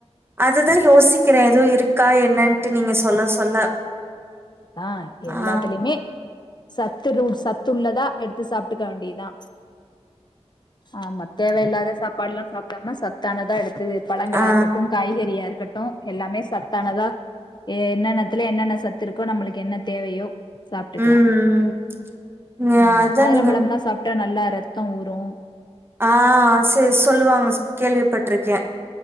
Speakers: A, on the right; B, on the left.
A: அதுத யோசிக்கிறே ஏதுவு இருக்கா என்னன்ட்டு நீங்க சொல்ல சொல்ல
B: தா எல்லாத்துலயுமே
A: ஆ
B: சத்து ரூட் சத்துள்ளதா எடுத்து சாப்ட்டுக்க வேண்டியதா ஆமா தேவ இல்லாத சாப்பாடுலா சாப் <unintelligible> சத்தானதா எடுத்து பழங்களா
A: ஆ
B: இருக்கட்டு காய்கறியா இருக்கட்டு எல்லாமே சத்தானதா என்னென்னத்துல என்னென்ன சத்து இருக்கோ நம்மளுக்கு என்ன தேவையோ சாப்ட்டுக்கலா
A: ம் ம்
B: ஆமா
A: அதா
B: மாதுளம்பழம்னா
A: நீங்க
B: சாப்ட்டா நல்லா ரெத்தொ ஊரு
A: ஆ செரி சொல்லுவாங்க கேள்விப்பட்ருக்கே